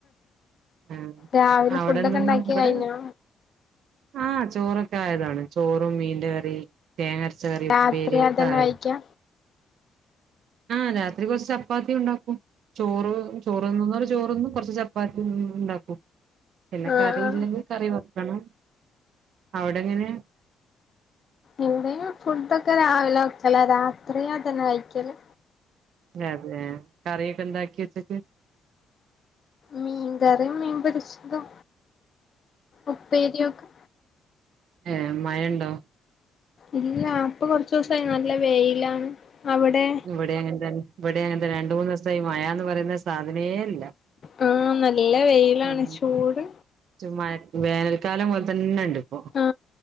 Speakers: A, on the right (about 75°); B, on the left (about 45°).
A: ഉം
B: രാവിലെ
A: അവിടെന്തെന്നാ
B: ഫുഡൊക്കെ ഇണ്ടാക്കി
A: ഇവിടെ
B: കഴിഞ്ഞോ
A: ആ ചോറൊക്കെ ആയതാണ് ചോറും മീന്റെ കറി തേങ്ങയരച്ച കറി
B: രാത്രി
A: ഉപ്പേരി ഒക്കെ
B: അതന്നെ
A: ആയത്
B: കഴിക്കാ
A: ആഹ് രാത്രി കൊറച്ച് ചപ്പാത്തി ഉണ്ടാക്കും ചോറ് ചോറ് തിന്നുന്നോര് ചോറ് തിന്നും കുറച്ച് ചപ്പാത്തി ഉണ്ടാക്കും പിന്നെ
B: ആഹ്
A: കറി
B: ആഹ്
A: ഇല്ലെങ്കിൽ കറി വെക്കണം അവിടെ എങ്ങനെയാ
B: ഇവിടെയും ഫുഡൊക്കെ രാവിലെ വെക്കലാ രാത്രി അതന്നെ കഴിക്കല്
A: അതെ കറിയൊക്കെ എന്താക്കി വെച്ചേക്ക്
B: മീൻ കറിയും മീൻ പൊരിച്ചതും ഉപ്പേരിയൊക്കെ
A: ഏ മഴ ഉണ്ടോ
B: ഇല്ല ഇപ്പോ കൊറച്ചു ദിവസായ് നല്ല വെയിലാണ് അവിടെ
A: ഇവിടെ അങ്ങനെ തന്നെ ഇവിടെ അങ്ങനെ രണ്ട് മൂന്ന് ദിവസം സമായ് മഴാന്ന് പറയുന്ന സാധനേ ഇല്ല
B: ആഹ് നല്ല വെയിലാണ്
A: ഉം
B: ചൂട്
A: മഴ വേനൽക്കാലം പോലെ തന്നെ ഉണ്ട് ഇപ്പൊ
B: ആ